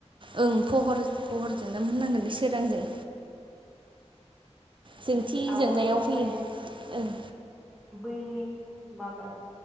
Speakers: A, on the right (about 45°); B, in the centre.
A: ओं फहर फहरजों ना होननांगोन दे सोरांजों। जोंथि
B: आवगोलाव
A: जोंनायाव फैयो
B: हायो।
A: ओं
B: बै माबा